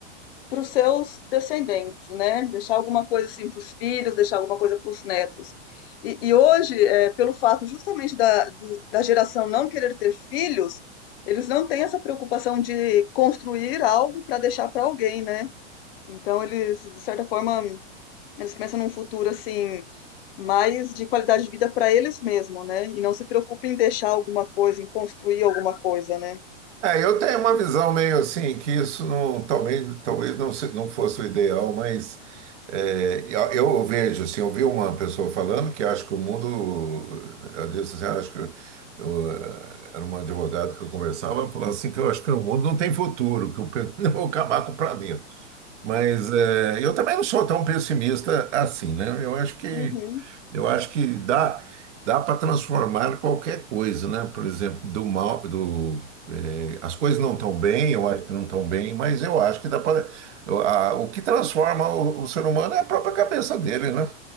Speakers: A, on the left (about 55°); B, on the right (about 80°).
A: para os seus descendentes, né? Deixar alguma coisa assim para os filhos, deixar alguma coisa para os netos. E, e hoje, é, pelo fato justamente da, do- da geração não querer ter filhos, eles não têm essa preocupação de construir algo para deixar para alguém, né? Então eles, de certa forma, eles pensam num futuro assim mais de qualidade de vida para eles mesmos, né? E não se preocupem em deixar alguma coisa, em construir alguma coisa, né?
B: É, eu tenho uma visão meio assim, que isso não, talvez, talvez não, se- não fosse o ideal, mas é, eu, eu vejo, assim, eu vi uma pessoa falando que acho que o mundo, ela disse assim, "Ah, acho que eu, eh, era uma advogada que eu conversava, falando assim, que eu acho que o mundo não tem futuro, que eu pe- <laughs> eu vou acabar com o planeta. Mas eh, eu também não sou tão pessimista assim, né? Eu acho que
A: Uhum.
B: eu acho que dá, dá para transformar qualquer coisa, né? Por exemplo, do mal, do, eh, as coisas não estão bem, eu acho que não estão bem, mas eu acho que dá para. O que transforma o, o ser humano é a própria cabeça dele, né?